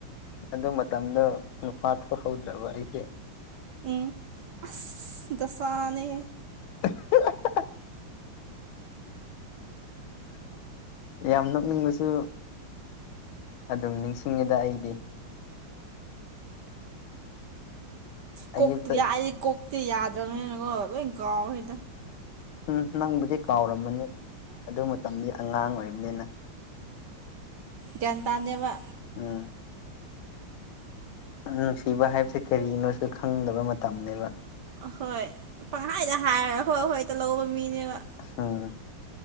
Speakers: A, on the left; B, on the right.
A: ꯑꯗꯨ ꯃꯇꯝꯗꯣ ꯅꯨꯄꯥ ꯊꯣꯛꯍꯧꯗ꯭ꯔꯕ ꯑꯩꯁꯦ
B: ꯎꯝ ꯑ ꯗꯁꯥꯅꯦ
A: <inaudible> ꯌꯥꯝ ꯅꯣꯛꯅꯤꯡꯕꯁꯨ ꯑꯗꯨꯝ ꯅꯤꯡꯁꯤꯡꯉꯤꯗ ꯑꯩꯗꯤ
B: ꯀꯣꯛꯇ
A: ꯑꯌꯨꯛꯇ
B: ꯌꯥꯏ ꯀꯣꯛꯇꯤ ꯌꯥꯗ꯭ꯔꯅꯣꯏꯅꯀꯣ ꯂꯣꯏ ꯀꯥꯎꯋꯦꯗ
A: ꯎꯝ ꯅꯪꯕꯨꯗꯤ ꯀꯥꯎꯔꯝꯃꯅꯤ ꯑꯗꯨ ꯃꯇꯝꯗꯤ ꯑꯉꯥꯡ ꯑꯣꯏꯕꯅꯤꯅ
B: ꯒ꯭ꯌꯥꯟ ꯇꯥꯅꯕ
A: ꯎꯝ ꯅꯨꯡꯁꯤꯕ ꯍꯥꯏꯕꯁꯦ ꯀꯔꯤꯅꯣꯁꯨ ꯈꯪꯗꯕ ꯃꯇꯝꯅꯦꯕ
B: ꯑꯍꯣꯏ ꯄꯪꯍꯥꯏꯗ ꯍꯥꯏꯔꯒ ꯍꯣꯏ ꯍꯣꯏ ꯇꯍꯧꯕ ꯃꯤꯅꯦꯕ
A: ꯍꯥꯥ